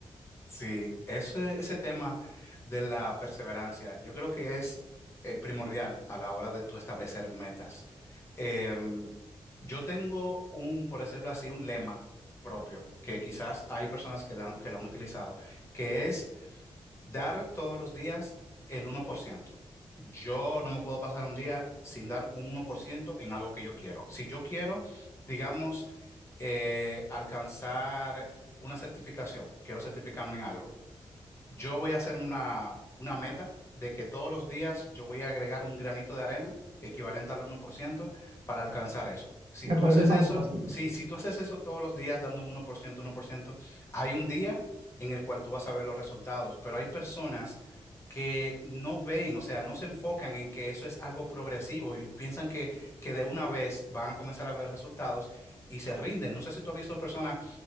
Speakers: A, on the left (about 25°); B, on the right (about 75°).
A: Sí, ese, ese tema de la perseverancia, yo creo que es eh, primordial a la hora de tú establecer metas. Em, yo tengo un, por decirlo así, un lema propio, que quizás hay personas que, lo han- que lo han utilizado, que es dar todos los días el uno por ciento. Yo no me puedo pasar un día sin dar un uno por ciento en algo que yo quiero. Si yo quiero, digamos, eh, alcanzar una certificación, quiero certificarme en algo. Yo voy a hacerme una, una meta de que todos los días yo voy a agregar un granito de arena equivalente al uno por ciento para alcanzar eso. Si
B: me
A: tú
B: parece
A: haces
B: fantástico.
A: eso, sí, si tú haces eso todos los días dando un uno por ciento, uno por ciento, hay un día en el cual tú vas a ver los resultados, pero hay personas que no ven, o sea, no se enfocan en que eso es algo progresivo y piensan que, que de una vez van a comenzar a ver resultados y se rinden. No sé si tú has visto personas